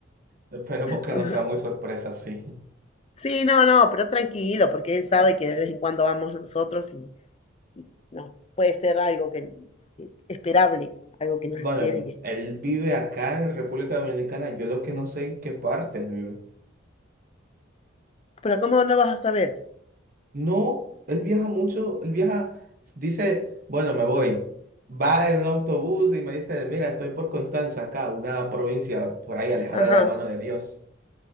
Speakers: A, on the right; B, on the left.
A: Esperemos que
B: Cuando-
A: no sea muy sorpresa, sí.
B: Sí, no, no, pero tranquilo, porque él sabe que de vez en cuando vamos nosotros y, No, puede ser algo que, que esperable, algo que nos
A: Bueno,
B: espere.
A: él,
B: que-
A: él vive acá en República Dominicana. Yo lo que no sé en qué parte él vive.
B: Pero ¿cómo no vas a saber?
A: No, él viaja mucho. Él viaja, dice, bueno, me voy. Va en autobús y me dice, mira, estoy por Constanza acá, una provincia por ahí alejada
B: Ajá.
A: de la mano de Dios.